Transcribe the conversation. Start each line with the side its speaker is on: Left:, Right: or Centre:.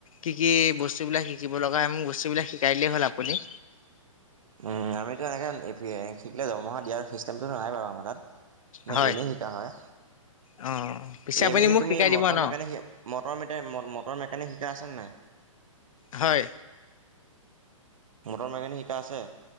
Left: কি কি বস্তু বিলাক শিকিব লগা হয় মোক স্তু বিলাক শিকাইলেই হ'ল আপুনি
Right: উম আমিতো এনেকে শিকিলে দৰমহা দিয়াৰ চিষ্টেমটো নাই বাৰু।
Left: হয়।
Right: <unintelligible> এনেই শিকা হয়।
Left: অঁ পিছে
Right: এই
Left: আপুনি
Right: মানে
Left: মোক
Right: তুমি
Left: শিকাই
Right: মটৰ
Left: দিব ন
Right: মেকানিক মৰ ম মটৰ মেকানিক শিকা আছে নাই।
Left: হয়।
Right: মটৰ মেকেনিক শিকা আছে।